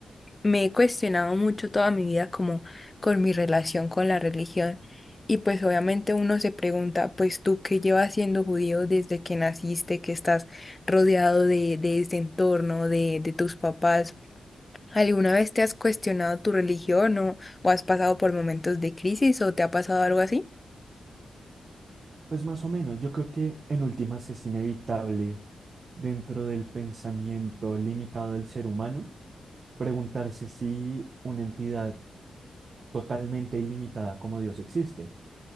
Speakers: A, on the left; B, on the right.
A: me he cuestionado mucho toda mi vida como con mi relación con la religión y pues obviamente uno se pregunta, pues tú que llevas siendo judío desde que naciste, que estás rodeado de, de este entorno, de, de tus papás, ¿alguna vez te has cuestionado tu religión o, o has pasado por momentos de crisis o te ha pasado algo así?
B: Pues más o menos, yo creo que en últimas es inevitable dentro del pensamiento limitado del ser humano preguntarse si una entidad totalmente ilimitada como Dios existe